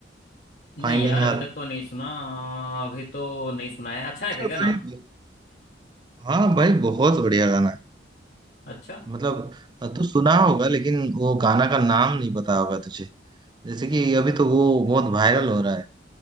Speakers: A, on the left; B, on the right.
A: नहीं
B: फाइंडिंग
A: यार
B: हर
A: अभी तक तो नहीं सुना अभी तो नहीं सुना है अच्छा है क्या
B: अरे
A: गाना
B: भाई हाँ भाई बहुत बढ़िया गाना है
A: अच्छा
B: मतलब अ, तू सुना होगा लेकिन वो गाना का नाम नहीं पता होगा तुझे जैसे कि अभी तो वो बहुत वायरल हो रहा है